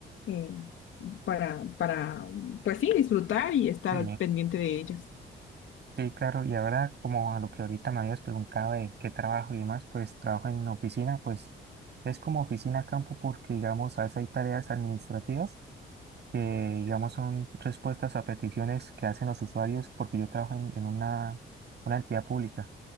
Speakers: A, on the left (about 70°); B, on the right (about 55°).
A: eh, para, para, pues sí, disfrutar y estar
B: sí,
A: al pendiente de ellos.
B: sí, claro. Y ahora como a lo que ahorita me habías preguntado de qué trabajo y demás, pues trabajo en oficina, pues es como oficina campo porque digamos a veces hay tareas administrativas que digamos son respuestas a peticiones que hacen los usuarios porque yo trabajo en, en una, una entidad pública.